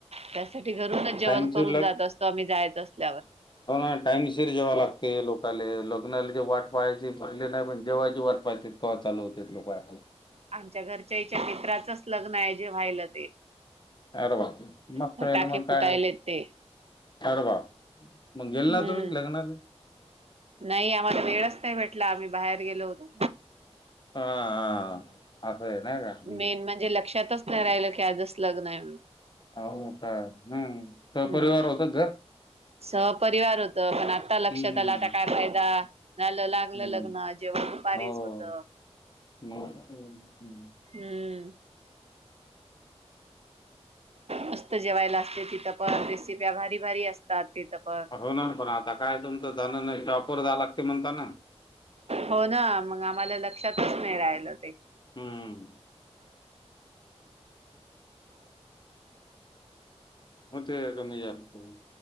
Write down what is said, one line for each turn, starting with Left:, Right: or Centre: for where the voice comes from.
Right: त्यासाठी घरूनच जेवण
Left: टाइमची
Right: करून
Left: लग
Right: जात असतो आम्ही जायच असल्यावर.
Left: हो ना टाइमशीर जेवा लागते लोकाले लग्नाला ज वाट पाहायची पहिले नाही पण जेवायची वाट पयत्यात कवा चालू होत्यात लोक आपल
Right: आमच्या घरच्याईच्या मित्राचच लग्न आहे जे व्हायलं ते
Left: अर वा मग
Right: फटाके
Left: काय अन म
Right: फुटायलेत
Left: काय
Right: ते
Left: अर वा मग गेल
Right: हम्म
Left: ना तुम्ही लग्नात?
Right: नाही आम्हाला वेळच नाही भेटला आम्ही बाहेर गेलो होतो
Left: हा हा आता येन का? हम्म.
Right: मेन म्हणजे लक्षातच नाही राहिलं की आजच लग्न आहे म्हणून
Left: हो का हम्म. सपरिवार
Right: हम्म
Left: होतं घर
Right: सहपरिवार होत पण आता आता लक्षात
Left: हम्म
Right: आलं आता का फायदा झालं लागलं
Left: हम्म
Right: लग्न जेवण दुपारीच
Left: हो
Right: होत.
Left: <inaudible> हम्म.
Right: हम्म. मस्त जेवायला असते तिथं पण रेसिप्या भारी भारी असतात तिथं पण.
Left: हो ना पण आता काय तुमचं जाण नाही टॉपर जाण लागते म्हणताना.
Right: हो ना मग आम्हाला लक्षातच नाही राहिलं ते
Left: हम्म. होते कमी जास्त करून